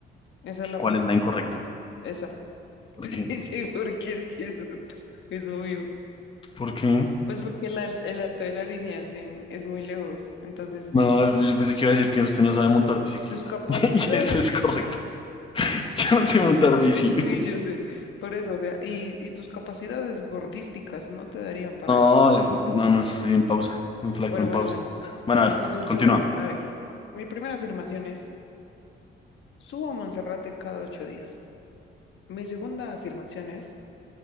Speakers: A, on the left; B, on the left.
A: Esa es la
B: ¿Cuál
A: falsa.
B: es la incorrecta?
A: Esa.
B: ¿Por
A: <laughs>
B: qué?
A: Sí, sí, porque es que eso es obvio.
B: ¿Por qué?
A: Pues porque el, al- el alto de la línea es, en- es muy lejos. Entonces,
B: No,
A: tus,
B: pues yo pensé que iba a decir que usted no sabe montar bicicleta.
A: tus capacidades,
B: <laughs> Y eso es correcto. <laughs> Yo no sé montar bici.
A: <laughs> sí, yo sé. Por eso, o sea, y, y tus capacidades gordísticas no te darían para
B: No,
A: eso.
B: es- no, no, estoy en pausa, en flaco,
A: Bueno,
B: en
A: bueno,
B: pausa.
A: bueno.
B: Bueno, a
A: Entonces
B: ver, continúa.
A: yo, a ver, mi primera afirmación es... Subo a Monserrate cada ocho días. Mi segunda afirmación es,